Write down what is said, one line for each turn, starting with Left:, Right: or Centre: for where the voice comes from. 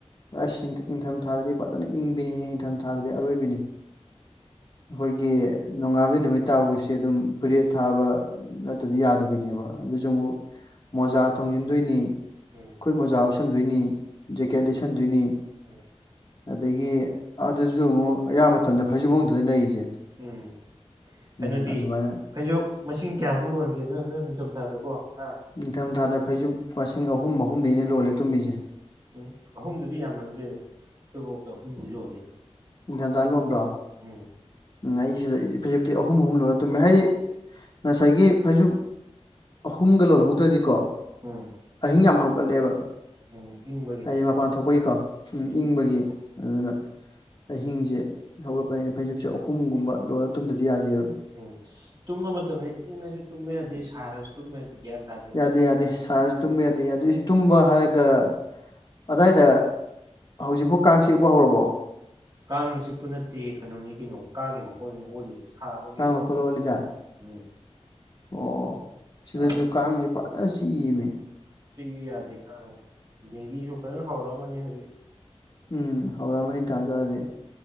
Left: ꯑꯁ ꯏ ꯏꯪꯊꯝꯊꯥꯗꯗꯤ ꯐꯖꯅ ꯏꯪꯕꯤꯅꯤꯍꯦ ꯏꯪꯊꯝꯊꯥꯗꯗꯤ ꯑꯔꯣꯏꯕꯤꯅꯤ꯫ ꯑꯈꯣꯏꯒꯤ ꯅꯣꯉꯥꯟꯕꯗꯩ ꯅꯨꯃꯤꯠ ꯇꯥꯕꯕꯧꯁꯦ ꯑꯗꯨꯝ ꯐꯨꯔꯤꯠ ꯑꯊꯥꯕ꯫ ꯅꯠꯇꯗꯤ ꯌꯥꯗꯕꯤꯅꯦꯕ ꯑꯗꯨꯖꯨ ꯑꯃꯨꯛ ꯃꯣꯖꯥ ꯇꯣꯡꯖꯟꯗꯣꯏꯅꯤ꯫
Right: ꯎꯝ
Left: ꯈꯨꯠ ꯃꯣꯖꯥ ꯎꯞꯁꯟꯗꯣꯏꯅꯤ ꯖꯦꯀꯦꯠ
Right: ꯎꯝ
Left: ꯂꯤꯁꯟꯗꯣꯏꯅꯤ꯫
Right: ꯎꯝ
Left: ꯑꯗꯒꯤ ꯑꯗꯨꯖꯨ ꯑꯃꯨꯛ ꯑꯌꯥꯝꯕ ꯃꯇꯝꯗ ꯐꯩꯖꯨꯞ ꯃꯅꯨꯡꯗꯅꯦ ꯂꯩꯔꯤꯖꯦ꯫
Right: ꯎꯝ ꯀꯩꯅꯣꯗꯤ
Left: ꯎꯝ ꯑꯗꯨꯃꯥꯏꯅ
Right: ꯐꯩꯖꯣꯞ ꯃꯁꯤꯡ ꯀꯌꯥꯃꯨꯛ ꯂꯣꯟꯒꯦ ꯅꯣ ꯅꯣꯏ ꯏꯪꯊꯝꯊꯥꯗꯕꯣ ꯑ꯫
Left: ꯅꯤꯡꯊꯝꯊꯥꯗ ꯐꯩꯖꯨꯞ ꯃꯁꯤꯡ ꯑꯍꯨꯝ ꯑꯍꯨꯝꯅꯦ ꯑꯩꯅ ꯂꯣꯜꯂ ꯇꯨꯝꯃꯤꯁꯦ꯫
Right: ꯎꯝ ꯑꯍꯨꯝꯗꯨꯗꯤ ꯌꯥꯝꯃꯟꯗ꯭ꯔꯦꯗ ꯑꯩꯈꯣꯏꯕꯧꯗ ꯑꯍꯨꯝꯗꯤ ꯂꯣꯜꯂꯤꯗ꯫
Left: ꯏꯪꯊꯗꯗꯥ ꯂꯣꯟꯕ꯭ꯔꯣ꯫
Right: ꯎꯝ
Left: ꯎ ꯑꯩꯁꯤꯗꯗꯤ ꯐꯩꯖꯨꯞꯇꯤ ꯑꯍꯨꯝ ꯑꯍꯨꯝ ꯂꯣꯟꯂ ꯇꯨꯝꯃꯦ ꯍꯥꯏꯗꯤ ꯉꯁꯥꯏꯒꯤ ꯐꯩꯖꯨꯞ꯫ ꯑꯍꯨꯝꯒ ꯂꯣꯜꯍꯧꯗ꯭ꯔꯗꯤꯀꯣ꯫
Right: ꯎꯝ꯫
Left: ꯑꯍꯤꯡ ꯌꯥꯝ ꯍꯧꯒꯠꯂꯦꯕ꯫
Right: ꯎꯝ ꯏꯪꯕꯒꯤ
Left: ꯍꯥꯏꯗꯤ ꯃꯄꯥꯟ ꯊꯣꯛꯄꯒꯤꯀꯣ ꯎꯝ ꯏꯪꯕꯒꯤ ꯑꯗꯨꯅ꯫ ꯑꯍꯤꯡꯖꯦ ꯍꯧꯒꯠꯄꯅꯤꯅ ꯐꯩꯖꯨꯞꯁꯦ ꯑꯍꯨꯝꯒꯨꯝꯕ ꯂꯣꯜꯂ ꯇꯨꯝꯗꯗꯤ ꯌꯥꯗꯦꯕ꯫
Right: ꯎꯝ ꯇꯨꯝꯕ ꯃꯇꯝꯗ ꯏꯪꯉꯖꯨ ꯇꯨꯝꯕ ꯌꯥꯗꯦ ꯁꯥꯔꯁꯨ ꯇꯨꯝꯕꯌꯥꯗꯦ ꯒ꯭ꯌꯥꯟ ꯇꯥꯗꯦ꯫
Left: ꯌꯥꯗꯦ ꯌꯥꯗꯦ ꯁꯥꯔꯁꯨ ꯇꯨꯝꯕ ꯌꯥꯗꯦ ꯑꯗꯨꯏꯁꯨ ꯇꯨꯝꯕ ꯍꯥꯏꯔꯒ ꯑꯗꯨꯋꯥꯏꯗ ꯍꯧꯖꯤꯛꯕꯨ ꯀꯥꯡ ꯆꯤꯛꯄ ꯍꯧꯔꯕꯣ
Right: ꯀꯥꯡ ꯆꯤꯛꯄ ꯅꯠꯇꯦ ꯀꯩꯅꯣꯅꯤ ꯀꯩꯅꯣ ꯀꯥꯡ ꯃꯀꯣꯟꯅꯤ ꯑꯣꯜꯂꯤꯁꯤ ꯁꯥꯕꯒꯤꯀꯣ
Left: ꯀꯥꯡ ꯃꯈꯣꯜ ꯂꯣꯜꯂꯤꯗ
Right: ꯎꯝ
Left: ꯑꯣ ꯁꯤꯗꯁꯨ
Right: ꯀꯥꯡ
Left: ꯀꯥꯡꯁꯦ ꯐꯖꯅ ꯆꯤꯛꯢꯃꯦ
Right: ꯆꯤꯛꯢ ꯌꯥꯗꯦ ꯀꯥꯡꯁꯦ ꯗꯦꯡꯒꯤꯁꯨ ꯐꯖꯅ ꯍꯧꯔꯛꯑꯃꯅꯤ ꯍꯧꯖꯤꯛ
Left: ꯎꯝ ꯍꯧꯔꯛꯑꯃꯅꯤ ꯇꯥꯟ ꯆꯥꯗ꯭ꯔꯗꯤ